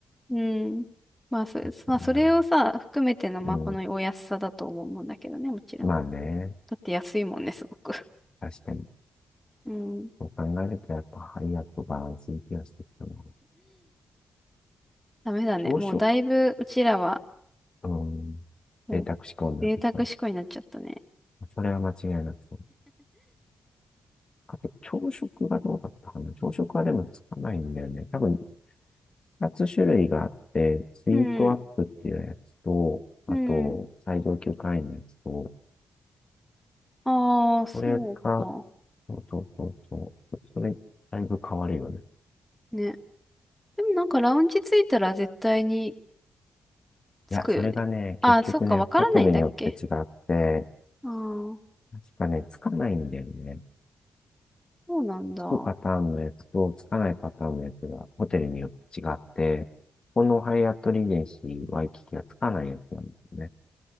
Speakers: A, in the centre; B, on the left.
A: うん。まあそ、
B: 確かにな。
A: まあ、それをさ、含めての、まあ、
B: うん。
A: このお安さだと思うんだけどね、もちろん。
B: まあね。
A: だって安いもんね、すごく。
B: 確かに。
A: うん。
B: そう考えるとやっぱハイアットバランスいい気がしてきたな。
A: ダメだね。
B: 朝食
A: もうだいぶ、うちらは、
B: うん。
A: もう
B: 贅沢志向になってきた。
A: 贅沢思考になっちゃったね。
B: それは間違いなくそう。あと、朝食がどうだったかな朝食はでもつかないんだよね。多分、二つ種類があって、スイートアップっていうやつと、
A: うん。
B: あと、
A: うん。
B: 最上級会員のやつと、
A: ああ、そうか。
B: これが、そうそうそうそう。それ、だいぶ変わるよね。
A: ね。でもなんかラウンジ着いたら絶対に着くよね。
B: いや、それがね、結局ね、
A: ああ、そっか、わからないんだっけ
B: ホテルによって違って、
A: ああー、
B: 確かね、つかないんだよね。
A: そうなんだ。
B: つくパターンのやつと、
A: こ
B: つかないパターンのやつが、ホテルによって違って、このハイアットリージェンシーワイキキはつかないやつなんですね。